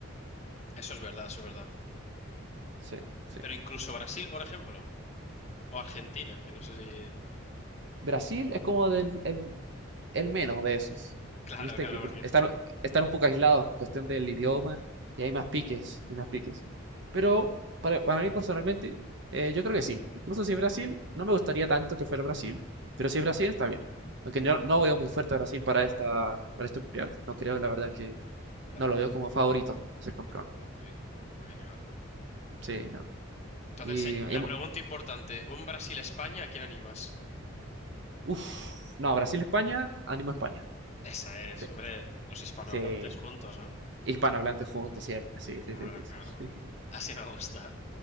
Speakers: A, on the left; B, on the right.
A: Eso es verdad, eso es verdad.
B: Sí, sí.
A: Pero incluso Brasil, por ejemplo, o Argentina, que no sé si. <laughs>
B: Brasil es como del, el- el menos de esos.
A: Claro,
B: Viste
A: claro,
B: que porque
A: porque.
B: están, están un poco aislados con cuestión del idioma y hay más piques, hay más piques. Pero para, para mí personalmente, eh, yo creo que sí. Incluso si es Brasil, no me gustaría tanto que fuera Brasil, pero si es Brasil está bien. Aunque no, no veo muy fuerte a Brasil para esta, para este mundial. No creo, la verdad, que
A: No,
B: no lo veo
A: no.
B: como favorito a ser campeón.
A: Yo tampoco, yo tampoco, ¿para qué negarlo?
B: Sí, no.
A: Entonces,
B: Y,
A: eh,
B: y
A: la pregunta importante, ¿un Brasil-España a quién animas?
B: uff, no, Brasil-España, ánimo España.
A: Esa es,
B: Sí,
A: hombre, los hispanohablantes
B: sí.
A: juntos, ¿no?
B: Hispanohablantes juntos siempre, sí,
A: Claro,
B: sí, sí,
A: claro.
B: sí. sí.
A: Así me gusta.